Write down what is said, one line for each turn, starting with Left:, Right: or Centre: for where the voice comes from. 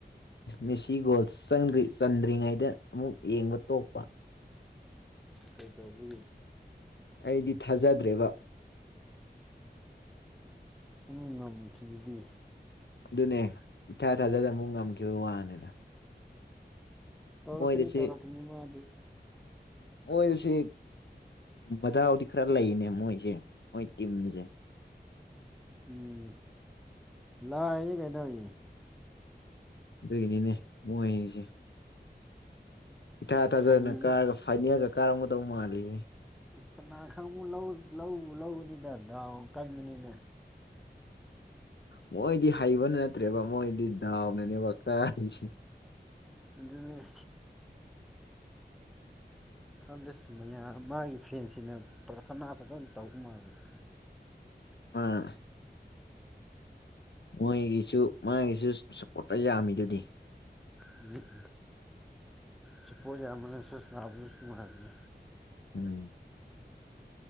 Left: ꯃꯦꯁꯤ ꯒꯣꯜ ꯆꯪꯗ꯭ꯔꯤ ꯆꯟꯗ꯭ꯔꯤꯉꯩꯗ ꯑꯃꯨꯛ ꯌꯦꯡꯕ ꯇꯣꯛꯄ
Centre: ꯀꯩ ꯇꯧꯕꯒꯤ
Left: ꯑꯩꯗꯤ ꯊꯥꯖꯗ꯭ꯔꯦꯕ
Centre: ꯎꯝ ꯉꯝꯈꯤꯗꯨꯗꯤ
Left: ꯑꯗꯨꯅꯦ ꯏꯊꯥ ꯊꯥꯖꯗꯅ ꯑꯃꯨꯛ ꯉꯝꯈꯤꯕ ꯋꯥꯅꯤꯗ
Centre: ꯇꯧꯔꯛꯀꯅꯤ
Left: ꯃꯣꯏꯗꯁꯤ
Centre: ꯇꯧꯔꯛꯀꯅꯤ ꯃꯥꯗꯤ
Left: ꯃꯣꯏꯁꯦ ꯃꯗꯥꯥꯎꯗꯤ ꯈꯔ ꯂꯩꯅꯦ ꯃꯣꯏꯁꯦ ꯃꯣꯏ ꯇꯤꯝꯁꯦ
Centre: ꯎꯝ ꯂꯥꯏꯅꯤ ꯀꯥꯏꯅꯏ
Left: ꯑꯗꯨꯒꯤꯅꯤꯅꯦ ꯃꯣꯏꯁꯦ ꯏꯊꯥ ꯊꯥꯖꯗꯅ
Centre: ꯍꯩ
Left: ꯀꯥꯔꯒ ꯐꯥꯏꯅꯦꯜꯒ ꯀꯥꯔꯝꯒꯗꯧ ꯃꯥꯜꯂꯤꯍꯦ
Centre: ꯀꯅꯥ ꯈꯪꯕꯨ ꯂꯧ ꯂꯧ ꯂꯧꯕꯅꯤꯗ ꯗꯥꯎ ꯀꯟꯕꯅꯤꯅ
Left: ꯃꯣꯏꯗꯤ ꯍꯩꯕ ꯅꯠꯇ꯭ꯔꯦꯕ ꯃꯣꯏꯗꯤ ꯗꯥꯎꯗꯅꯦꯕ ꯀꯥꯔꯤꯁꯦ
Centre: ꯑꯗꯨꯅꯦ ꯍꯟꯗꯁ ꯃꯌꯥꯝ ꯃꯥꯒꯤ ꯐꯦꯟꯁꯤꯅ ꯄ꯭ꯔꯊꯅꯥ ꯐꯖꯅ ꯇꯧꯕ ꯃꯥꯜꯂꯦꯗ
Left: ꯑꯥ ꯃꯣꯏꯒꯤꯁꯨ ꯃꯥꯒꯤꯁꯨ ꯁꯞꯄꯣꯔꯠꯇ ꯌꯥꯝꯃꯤꯗꯨꯗꯤ
Centre: <unintelligible> ꯁꯤ ꯄꯣꯠ ꯌꯥꯝꯕꯅꯁꯧ ꯁꯥꯔꯤꯌꯦ ꯅꯨꯡꯉꯥꯏꯕꯅꯤ
Left: ꯎꯝ